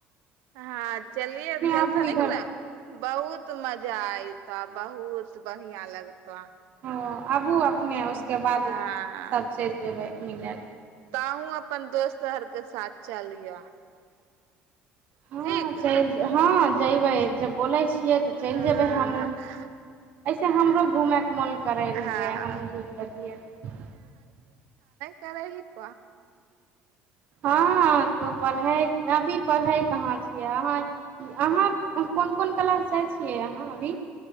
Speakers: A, on the right (about 80°); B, on the right (about 40°).
A: हँ चलियै चलथनीक
B: आबू इधर
A: ने बहुत बहुत मजा एयत बहुत बढ़ियाँ लगतऽ
B: ओ आबू आब अपने उसके
A: हँ
B: बाद सभ चलि जेबै मिलयै ला
A: ताहू अपन दोस्तर हर के साथ चलिह
B: हँ
A: ठीक
B: चल-हँ जैबै जब बोलै छी छियै तऽ
A: हँ
B: चलि जेबै हमँहूँ ऐसे हमरो घूमैके मोन करै
A: हँ
B: रहियै हमहुूँ घुमि लतियै रह
A: करै हैक
B: हँ त पढ़ै अभी पढ़ै कहाँ छ कि-अह अहाँ कोन कोन क्लास जाइ छियै अहाँ अभी